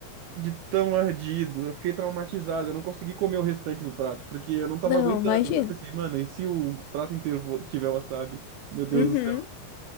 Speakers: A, on the right; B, on the left.
A: de tão ardido. Eu fiquei traumatizado, eu não consegui comer o restante do prato, porque eu não tava
B: Não,
A: aguentando.
B: imagina.
A: Eu pensei, mano, e se o prato inteiro for- tiver wasabi? Meu Deus
B: Uhum.
A: do céu.